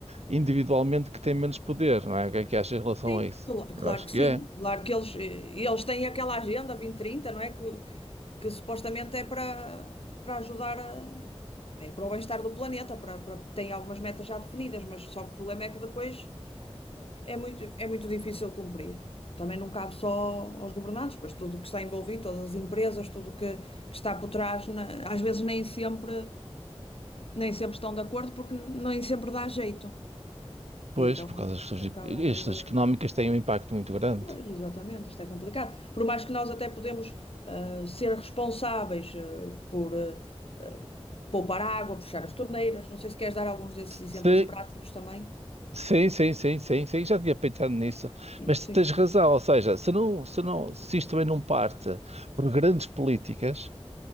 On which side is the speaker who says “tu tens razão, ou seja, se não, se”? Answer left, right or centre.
Right